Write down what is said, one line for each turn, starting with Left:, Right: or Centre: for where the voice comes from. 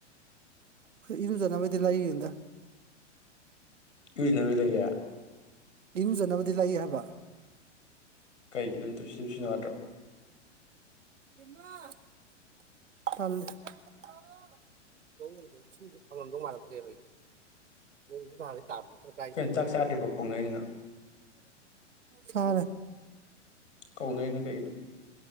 Right: ꯏꯔꯨꯖꯅꯕꯩꯗꯤ ꯂꯩꯔꯤꯅꯤꯗ
Left: ꯌꯨꯖꯤꯅ ꯂꯩ ꯂꯩꯌꯥ
Right: ꯏꯔꯨꯖꯅꯕꯗꯤ ꯂꯩ ꯍꯥꯏꯕ
Left: <unintelligible>
Right: <unintelligible> <unintelligible> <unintelligible>
Left: ꯆꯥꯛ ꯆꯥꯗ꯭ꯔꯤꯕ ꯀꯣꯅꯔꯤꯅ
Right: ꯐꯔꯦ
Left: ꯀꯧꯅꯩꯅ ꯀꯩꯒꯤꯅꯣ